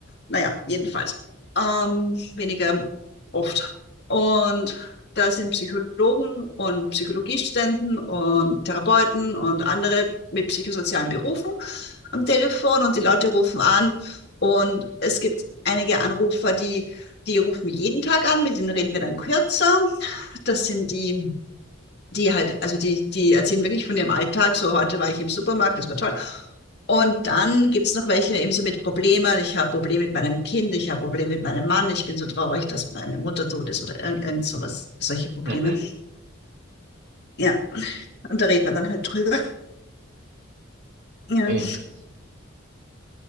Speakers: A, on the left (about 55°); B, on the right (about 55°).
A: Naja, jedenfalls. Ähm, weniger oft. Und da sind Psychologen und Psychologiestudenten und Therapeuten und andere mit psychosozialen Berufen am Telefon und die Leute rufen an. Und es gibt einige Anrufer, die, die rufen jeden Tag an, mit denen reden wir dann kürzer. Das sind die die halt, also die, die erzählen wirklich von ihrem Alltag. So, heute war ich im Supermarkt, das war toll. Und dann gibt's noch welche eben so mit Problemen. Ich habe Probleme mit meinem Kind, ich habe Probleme mit meinem Mann, ich bin so traurig, dass meine Mutter tot ist oder irgend, irgend sowas, solche Probleme.
B: Mhm.
A: Ja, und da reden wir dann halt drüber. Ja,
B: Okay, Interessant.